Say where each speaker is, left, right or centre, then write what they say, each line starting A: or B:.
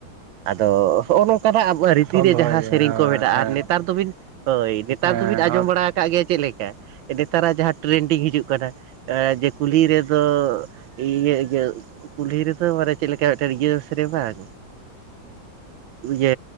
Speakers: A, on the right; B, on the right.
A: ᱟᱫᱚ ᱦᱚᱸᱜ-ᱚ ᱱᱚᱝᱠᱟᱱᱟᱜ ᱟᱵᱚᱣᱟᱜ ᱨᱤᱛᱤ
B: ᱛᱚᱞ
A: ᱨᱮ
B: ᱫᱚᱦᱚᱭ
A: ᱡᱟᱦᱟᱸ
B: ᱦᱮᱸ
A: ᱥᱮᱨᱮᱧ ᱠᱚ ᱢᱮᱱᱟᱜ-ᱟ
B: ᱦᱮᱸ
A: ᱟᱨ ᱱᱮᱛᱟᱨ ᱫᱚᱵᱤᱱ ᱦᱳᱭ ᱱᱮᱛᱟᱨ
B: ᱦᱮᱸ
A: ᱫᱚᱵᱤᱱ ᱟᱸᱡᱚᱢ ᱵᱟᱲᱟ ᱟᱠᱟᱜ ᱜᱮᱭᱟ ᱪᱮᱫ ᱞᱮᱠᱟ ᱱᱮᱛᱟᱨᱟᱜ ᱡᱟᱦᱟᱸ ᱴᱨᱮᱱᱰᱤᱝ ᱦᱤᱡᱩᱜ ᱠᱟᱱᱟ ᱡᱮ ᱠᱩᱞᱦᱤ ᱨᱮᱫᱚ ᱤᱭᱟᱹ ᱤᱭᱟᱹ ᱠᱩᱞᱦᱤ ᱨᱮᱫᱚ ᱢᱟᱱᱮ ᱪᱮᱫ ᱞᱮᱠᱟ ᱢᱤᱫᱴᱟᱝ ᱤᱭᱟᱹ ᱥᱮᱨᱮᱧ ᱵᱟᱝ ᱤᱭᱟᱹ